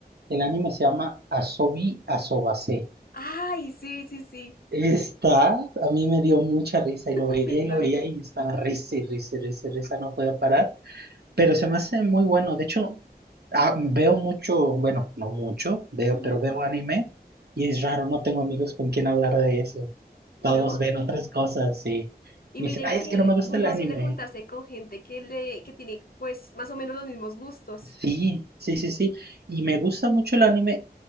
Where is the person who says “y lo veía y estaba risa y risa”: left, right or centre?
Right